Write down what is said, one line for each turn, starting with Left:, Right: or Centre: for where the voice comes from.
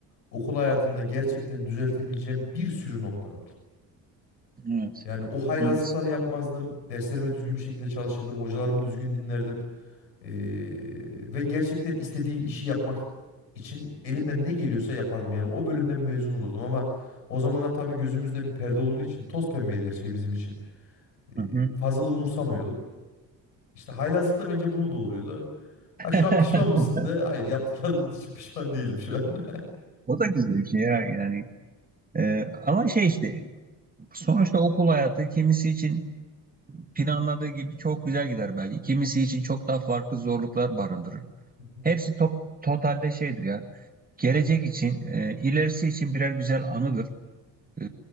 Left: okul hayatımda gerçekten düzeltebileceğim bir sürü nokta var.
Right: Evet.
Left: Yani o haylazlıkları
Right: Evet.
Left: yapmazdım. Derslerime düzgün bir şekilde çalışırdım. Hocalarımı düzgün dinlerdim. Ee, ve gerçekten istediğim işi yapmak için elimden ne geliyorsa yapardım. Yani o bölümden mezun olurdum ama o zamanlar tabii gözümüzde bir perde olduğu için toz pembeydi her şey bizim için. Ee,
Right: Hı hı.
Left: fazla da umursamıyorduk. İşte haylazlık da bence bunu doğuruyordu. Ha
Right: <laughs>
Left: şu an pişman mısın de? Hayır yaptıklarım için pişman değilim şu an. <laughs>
Right: O da güzel bir şey ya yani. Ee, ama şey işte sonuçta okul hayatı kimisi için planladığı gibi çok güzel gider belki. Kimisi için çok daha farklı zorluklar barındırır.
Left: Hı hı.
Right: Hepsi top, totalde şeydir ya. Gelecek için, e, ilerisi için birer güzel anıdır. E,